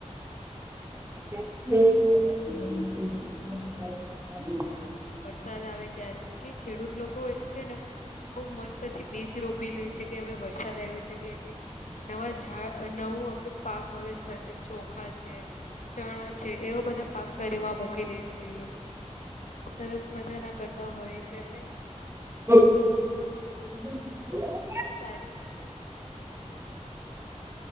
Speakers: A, on the left; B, on the right.
A: સાચી વાત છે કે
B: હમ
A: ખેડૂત લોકોને કેટલું
B: <unintelligible>
A: આનંદ જયારે વરસાદ આવે ત્યારે કે ખેડૂત લોકો છે ને બઉુ મસ્તથી બીચ રોપી લે છે કે હવે વરસાદ આવ્યો છે એટલે કે નવા ઝાડ નવું આપડ પાક હવે થશે ચોખા છે. ચણા છે એવો બધા પાક કરવા મૂકી દે છે. કે, એ લોકો કેટલા સરસ મજા ના કરતા હોય છે અને
B: હમ. હ.
A: બહુ સારી રીતે એનું કરતો હોય.